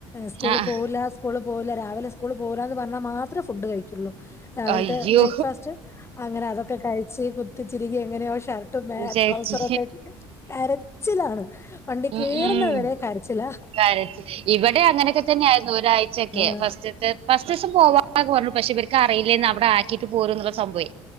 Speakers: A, on the left; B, on the right.
A: സ്കൂളിൽ
B: ആഹ്
A: പോവൂല്ല സ്കൂളി പോവില്ല രാവിലെ സ്കൂൾ പോവില്ല എന്ന് പറഞ്ഞാൽ മാത്രമേ ഫുഡ് കഴിക്കുള്ളൂ രാവിലത്തെ
B: അയ്യോ
A: ബ്രേക്ക്ഫാസ്റ്റ് അങ്ങനെ അതൊക്കെ കഴിച്ച് കുത്തിച്ചിരികി എങ്ങനെയോഷ ഇട്ടു മെ
B: വിചാരിച്ച്
A: ട്രൗസറൊക്കെ ഇട്ടു കരച്ചിലാണ് വണ്ടി
B: ഉം
A: കേറുന്നത്
B: ഉം
A: വരെ കരിച്ചിലാ
B: കരച്ചിൽ ഇവിടെ അങ്ങനെയൊക്കെ തന്നെയ ആയിരുന്നു ഒരാഴ്ചൊക്കെ
A: ആഹ്
B: ഫസ്റ്റ്താ ഫസ്റ്റ് ദിവസം പോവാെ പറഞ്ഞു പക്ഷെ ഇവർക്ക് അറിയില്ലേന്ന് അവിടെ ആക്കിട്ട് പോരും എന്നുള്ള സംഭവേ